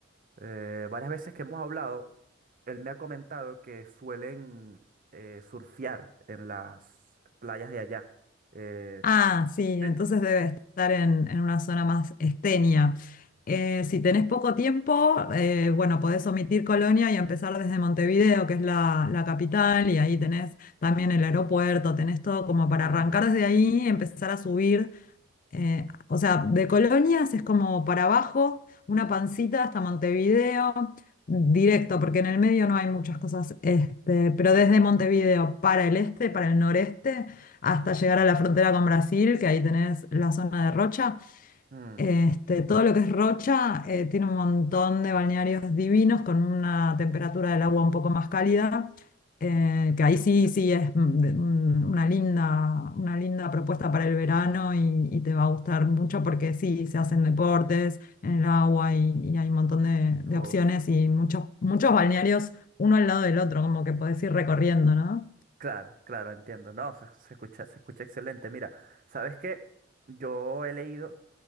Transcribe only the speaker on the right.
eh, varias veces que hemos hablado, él me ha comentado que suelen eh, surfear en las playas de allá. Eh,
Sí,
mm,
mm,
uf,
claro, claro, entiendo. No, se, se escucha, se escucha excelente. Mira, ¿sabes qué? Yo he leído